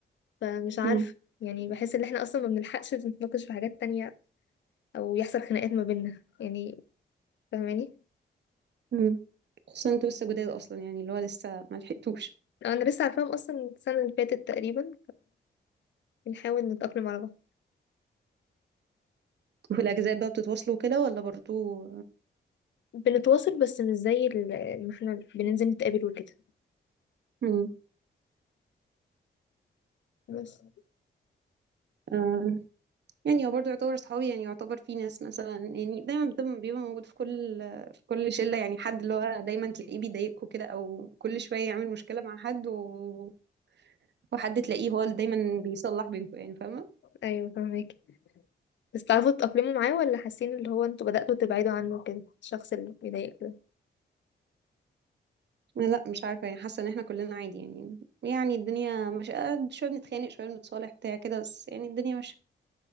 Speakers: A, on the left; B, on the right.
A: فمش عارف
B: امم
A: يعني بحس ان احنا اصلا ما بنلحقش نتناقش في حاجات تانية او يحصل خناقات ما بيننا يعني فاهماني
B: امم خصوصا انتوا لسه جداد اصلا يعني اللي هو لسه ما لحقتوش
A: انا لسه عارفاهم اصلا السنة اللي فاتت تقريبا فبنحاول نتأقلم على بعض
B: وفي الأجازات بقى بتتواصلوا كده ولا برضو
A: بنتواصل بس مش زي ال- ما احنا بننزل نتقابل وكده
B: مم.
A: بس
B: آه، يعني هو برضو يعتبر صحابي يعني يعتبر في ناس مثلا يعني دايما بتبقى- بيبقى موجود في كل في كل شلة يعني حد اللي هو دايما تلاقيه بيضايقكوا كده أو كل شوية يعمل مشكلة مع حد و... وحد تلاقيه هو اللي دايما بيصلح بينكوا يعني فاهمة
A: ايوه فاهمك بس تعرفوا تتأقلموا معاه ولا حاسين اللي هو انتوا بدأتوا تبعدوا عنه كده الشخص اللي بيضايقك ده
B: لا مش عارفة يعني حاسة إن احنا كلنا عادي يعني يعني الدنيا مش آه، شوية بنتخانق شوية بنتصالح بتاع كده بس يعني الدنيا مش